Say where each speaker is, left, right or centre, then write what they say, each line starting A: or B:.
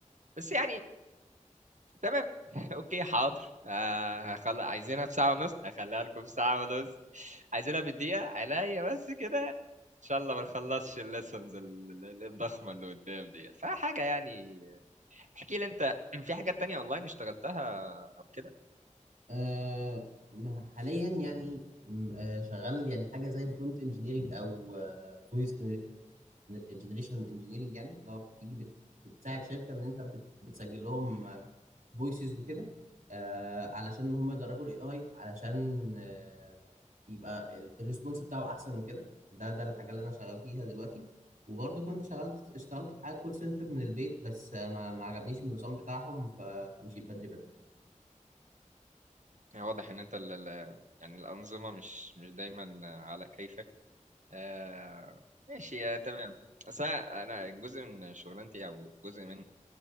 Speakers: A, on the right; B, on the right.
A: بس يعني تمام <laughs> اوكي حاضر آه هخل... عايزينها في ساعة ونص هخليها لكم في ساعة ونص عايزينها بالدقيقة عليا بس كده ان شاء الله ما نخلصش الليسنز ال- ال- الضخمة اللي قدام ديت فحاجة يعني احكي لي انت <clears throat> في حاجات تانية اونلاين اشتغلتها او كده
B: آه ما- حاليا يعني م، آه شغال يعني حاجه زي برومبت انجينيرنج او فويس جنريشن انجينيرنج يعني اللي هو بتيجي بت بتساعد شركه ان انت بت بتسجل لهم فويسز وكده آه علشان هم يدربوا الاي اي علشان آه يبقى الريسبونس بتاعه احسن وكده ده ده الحاجه اللي انا شغال فيها دلوقتي وبرضه كنت شغلت اشتغلت في حاجه كول سنتر من البيت بس آه، ما ما عجبنيش النظام بتاعهم ف- فمشيت بدري
A: يعني واضح ان انت ال... ال- يعني الأنظمة مش مش دايما على كيفك آه... ماشي آه، تمام أصل أنا أنا جزء من شغلانتي أو جزء من